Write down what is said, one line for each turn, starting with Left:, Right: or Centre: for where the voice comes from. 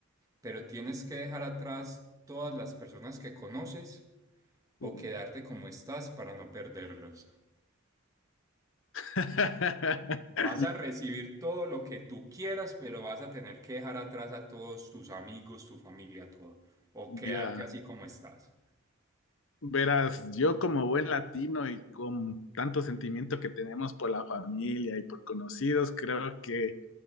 Right: pero tienes que dejar atrás todas las personas que conoces o
Left: Uy.
Right: quedarte como estás para no perderlos.
Left: <laughs>
Right: Vas a recibir todo lo que tú quieras, pero vas a tener que dejar atrás a todos tus amigos, tu familia, todo, o quedarte
Left: Ya.
Right: así como estás.
Left: Verás, yo como buen latino y con tanto sentimiento que tenemos por la familia y por conocidos, creo que